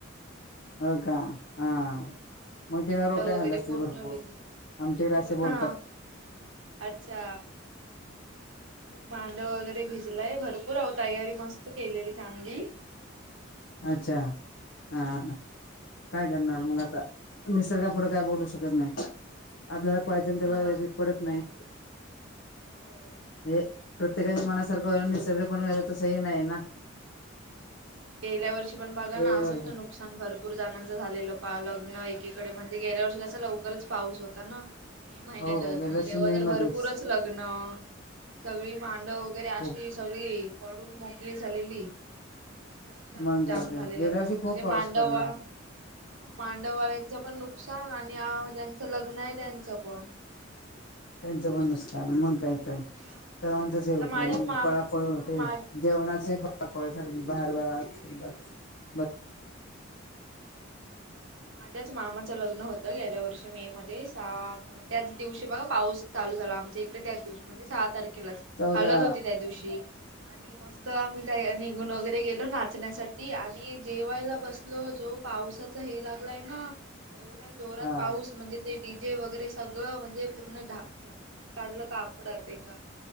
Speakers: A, on the left (about 65°); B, on the right (about 80°).
A: हो का
B: मुलीच
A: हा
B: आहे हा.
A: मग तिने
B: मांडव
A: रोट्या
B: वगैरे
A: खाल्ल्या असतील
B: पूर्ण
A: भरपूर
B: हो
A: आमच्याकडे असे बोलतात
B: ना अच्छा मांडव वगैरे भिजलाय भरपूर आव तयारी मस्त केलेली चांगली
A: अच्छा हा काय करणार मग आता निसर्गापुढे काय बोलू शकत नाही आपल्याला पाहिचल
B: तेच
A: तेव्हा
B: ना
A: ते पडत नाही
B: हो
A: हे प्रत्येका
B: गे
A: मनासारखं वस सगळे पण वलं तस हे नाही ना
B: गेल्या वर्षी पण बघा
A: वेळेवर
B: ना असंच नुकसान भरपूर जणांच झालेलं पा लग्न एकीकडे म्ह गेल्या वर्षी कसा लवकरच पाऊस होता ना मे महिन्यातच
A: हो गेल्या
B: आणि
A: वर्षी
B: तेव्हा
A: मे
B: तर
A: मध्येच
B: भरपूरच लग्न सगळी मांड वगैरे अशी
A: हो
B: सगळी पडून मोकळी झालेली नुकसानच
A: मग
B: जाम
A: काय तर
B: झालेलं
A: गेल्या
B: लोक
A: वर्षी
B: म्हणजे
A: खूप पाऊस
B: मांडव
A: पडला
B: ह मांडववाल्यांचं पण नुकसान आणि ज्यांचं लग्न आहे त्यांचं पण
A: त्यांच प नुसकान मग काय सर्वांच
B: हा
A: होत
B: आता माझ्या माम
A: पळापळ होते
B: हा माझ
A: जेवणाचे बाहेर बाहेर
B: माझ्याच मामाच लग्न होत गेल्या वर्षी मे मध्ये सहा त्याच दिवशी बघा पाऊस चालू झाला, आमच्या इकडे त्याच दिवशी म्हणजे सहा तारखे
A: चौदा
B: हळद होती त्या दिवशी. आणि मस्त आम्ही त्या निघून वगैरे गेलो नाचण्यासाठी आणि जेवायला बसल जो पावसाचा हे लागलाय ना एवढ्या जोरात
A: हा
B: पाऊस म्हणजे ते डी जे वगैरे सगळं म्हणजे पूर्ण झाकून काढलं का आपडात येका